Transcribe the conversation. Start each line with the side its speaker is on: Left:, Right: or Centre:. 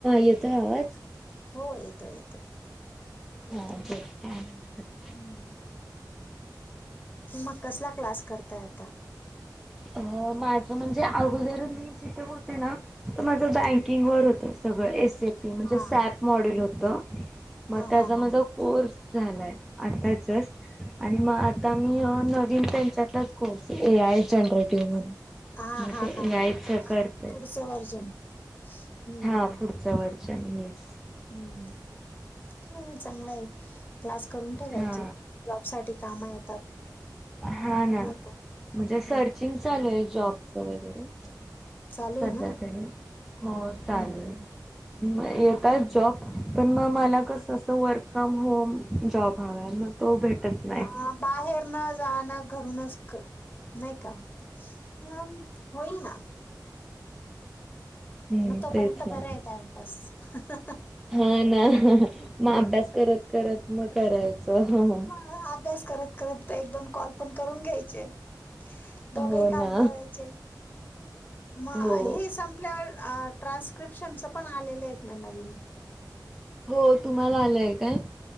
Centre: येतोय आवाज?
Left: हो येतोय येतोय.
Centre: हा
Left: येतोय
Centre: बोल
Left: हम्म
Centre: काय म्हणत होती?
Left: म कसला क्लास करताय आता?
Centre: अ माझं म्हणजे अगोदर मी जिथे होते ना त माझं बँकिंग
Left: हम्म.
Centre: वर होत सगळं एस ए पी म्हणजे
Left: हा
Centre: सॅप मॉडल होतं. म
Left: हा
Centre: त्याचा
Left: हा हा
Centre: माझा कोर्स झालाय, आता जस्ट आणि म आता मी नवीन त्यांच्यातच कोर्स ए आय जनरेट <unintelligible>
Left: हा हा
Centre: ते
Left: हा
Centre: ए आयचं करते.
Left: पुढचं वर्जन हम्म
Centre: हा पुढचं वर्चन येस.
Left: हम्म हा मं चांगला आहे, क्लास करून ठेवायचे.
Centre: हा
Left: जॉब साठी कामा येतात.
Centre: हा ना
Left: नाही का
Centre: म्हणजे सरचिंगचा
Left: मग
Centre: जॉबचं वगैरे
Left: चालू
Centre: सध्या
Left: आहे ना
Centre: तरी हो चालेल
Left: हम्म
Centre: म काय जॉब पण मग मला कसं असं वर्क फ्रॉम होम जॉब हवाय मग तो भेटत नाही.
Left: अं बाहेर न जाणं घरूनच नाही क हा होईल ना.
Centre: हम्म
Left: मग तोपर्यंत
Centre: तेच ना
Left: बराय टाइमपास. ह ह
Centre: हा ना मग अभ्यास करत करत मग करायचं. हा हा
Left: मग अभ्यास करत करत एक दोन कॉल पण करून घ्यायचे, दोघही
Centre: हो
Left: काम
Centre: ना
Left: करायचे. म
Centre: हो
Left: हे संपल्यावर ट्रान्स्क्रिप्शनचं पण आलेलं आहेत ना नवीन.
Centre: हो तुम्हाला आलंय काय?